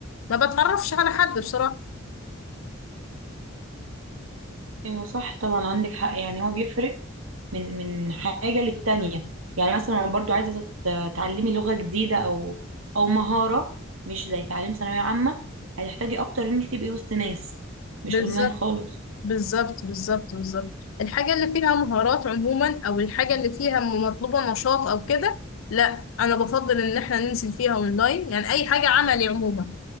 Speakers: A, on the left (about 75°); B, on the right (about 80°).
A: ما بتعرفش على حد بصراحة
B: ايوه صح طبعا عندك حق يعني هو بيفرق من من حاجة للتانية يعني مثلا لو برضو عايزة تت- تتعلمي لغة جديدة او او مهارة مش زي تعليم ثانوية عامة هتحتاجي اكتر انك تبقي وسط ناس مش
A: بالظبط.
B: اونلاين خالص
A: بالظبط بالظبط بالظبط الحاجة اللي فيها مهارات عموما أو الحاجة اللي فيها مطلوبة نشاط أو كده لا أنا بفضل إن إحنا ننزل فيها أونلاين يعني أي حاجة عملي عموما